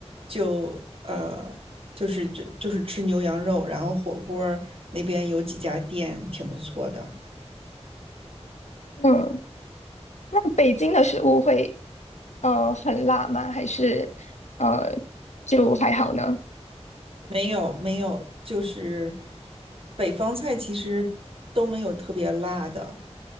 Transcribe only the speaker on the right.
就呃，就是就就是吃牛羊肉，然后火锅那边有几家店挺不错的。
没有没有，就是北方菜其实都没有特别辣的，